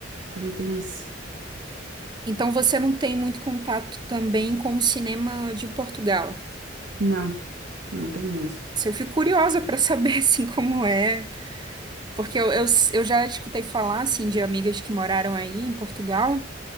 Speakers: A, on the right; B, on the right.
A: Também tem isso.
B: Então você não tem muito contato também com o cinema de Portugal.
A: Não, não tem mesmo.
B: Se Eu fico curiosa para saber <laughs> assim como é, porque eu, eu, eu já escutei falar assim de amigas que moraram aí em Portugal